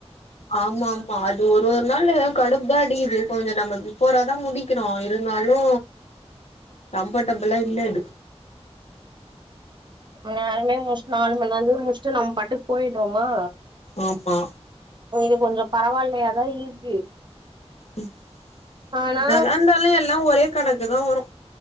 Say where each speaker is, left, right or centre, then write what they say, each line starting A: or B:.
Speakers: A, on the left (about 70°); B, on the right (about 45°).
A: ஆமா ஆமா அது ஒரு ஒரு நாளு கடுப்பு தா அடிக்கிது இப்போ கொஞ்ச நம்ப பிஃபோரா தா முடிக்கிறோ இருந்தாலு கம்ஃபர்டபுளா இல்ல இது
B: நேரமே முஷ்ட் நாலுமண்லந்து முஷ்ட்டு நம் பாட்டுக்கு போயிட்ரோமா
A: ஆமா
B: இது கொஞ்சோ பரவாயில்லையாதா இருக்கு
A: ம்
B: ஆனா
A: இன்னாதா இருந்தாலு எல்லா ஒரே கணக்கு தா வரு